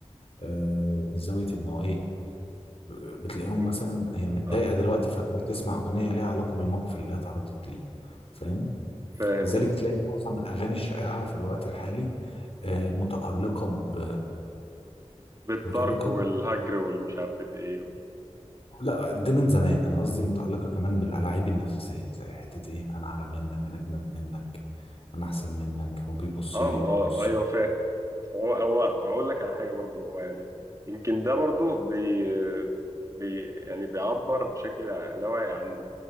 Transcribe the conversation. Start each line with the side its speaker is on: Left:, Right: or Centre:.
Left: آه، من زاويه انه ايه بتلاقيهم
Right: فاهم
Left: مثلا هي متضايقه
Right: آه،
Left: دلوقتي فتروح تسمع اغنيه ليها علاقه بالموقف اللي هي اتعرضت ليه فاهم
Right: فاهم
Left: لذلك
Right: قصدي
Left: تلاقي معظم الأغاني الشائعة في الوقت الحالي آه، متعلقة ب
Right: بالترك
Left: متعلقة
Right: والهجر
Left: ب...
Right: والمش عارف ايه و...
Left: لا ده من زمان أنا قصدي متعلقة كمان بالألاعيب النفسية زي حتة إيه أنا أعلى منك أنا أجمد منك أنا أحسن منك هو بيبص
Right: اه
Left: لي
Right: ما هو
Left: ببص
Right: ايوه
Left: له.
Right: فاهم هو هو اقول لك على حاجه برضو هو يعني يمكن ده برضو بي... بي يعني بيعبر بشكل لا واعي عن